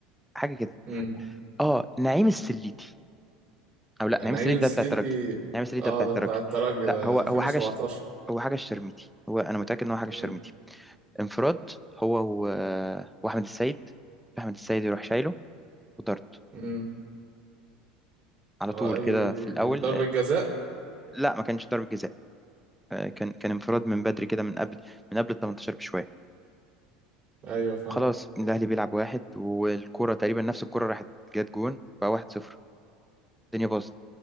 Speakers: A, in the centre; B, on the right (about 40°).
A: حاجة كده
B: مم.
A: اه نعيم السليتي أو لا نعيم
B: نعيم
A: السليتي
B: السليتي
A: ده بتاع الترجي نعيم السليتي
B: اه
A: ده بتاع
B: ده
A: الترجي
B: بتاع الترجي
A: لا
B: ده
A: هو
B: 2017
A: هو حاجة ش- هو حاجة الشرميتي هو أنا متأكد إن هو حاجة
B: مم،
A: الشرميتي انفراد هو و... واحمد السيد احمد السيد يروح شايله وطرد
B: مم.
A: على طول
B: اه اي
A: كده
B: دي
A: في الاول
B: دي ضربة جزاء
A: لا ما كانش ضربة جزاء آه، كان كان انفراد من بدري كده من قبل من قبل ال 18 بشويه
B: ايوه فاهم
A: خلاص الاهلي بيلعب واحد والكرة تقريبا نفس الكرة راحت جت جون بقى 1-0 الدنيا باظت